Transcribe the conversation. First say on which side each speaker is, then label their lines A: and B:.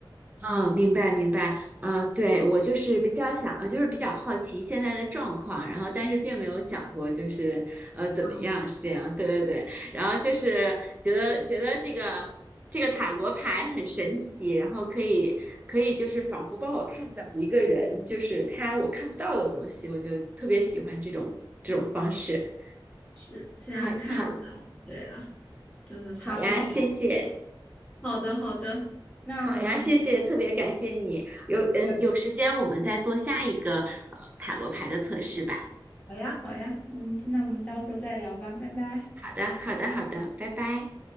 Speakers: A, on the right; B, on the left.
A: 嗯，明白明白，呃，对，我就是比较想，呃，就是比较好奇现在的状况，然后但是并没有想过就是呃怎么样是这样，
B: 啊，
A: 对对对，然后就是觉得觉得这个这个塔罗牌很神奇，然后可以可以就是仿佛帮我看到一个人，就是他我看不到的东西，我就特别喜欢这种这种方式。
B: 是是，现在看起来，
A: 好好
B: 对了，就是他比较
A: 好呀，谢谢。
B: 好的，好的，那我们
A: 好呀，谢谢，特别感谢你。有嗯，
B: 对，
A: 有时间我们再做下一个呃塔罗牌的测试吧。
B: 好呀，好呀，嗯，那我们到时候再聊吧，拜拜。
A: 好的，好的，好的，拜拜。